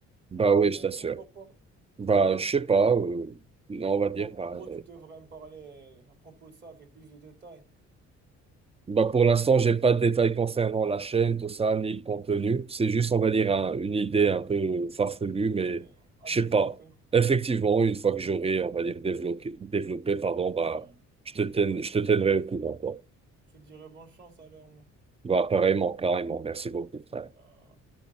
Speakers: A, on the right; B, on the right.
A: Bah
B: Donc,
A: oui, je
B: euh,
A: t'assure.
B: pourquoi pas?
A: Bah,
B: Ouais,
A: je
B: donc,
A: sais pas, euh, on va dire,
B: donc, en
A: bah,
B: gros, tu devrais me parler à propos de ça avec plus de détails.
A: Bah
B: Mais
A: pour l'instant,
B: pas
A: j'ai
B: au téléphone.
A: pas de détails concernant la chaîne, tout ça, ni le contenu. C'est juste, on va dire,
B: Ouais,
A: un- une idée un peu farfelue,
B: Ouais,
A: mais
B: mais à
A: je
B: développer.
A: sais pas. Effectivement, une fois que j'aurai, on va dire, développé, développé, pardon,
B: Ouais,
A: bah,
B: ben,
A: je te tiens, je te tiendrai au courant, quoi.
B: je te dirais bonne chance alors, moi.
A: Bah, pareillement, pareillement. Merci beaucoup, frère.
B: Ben,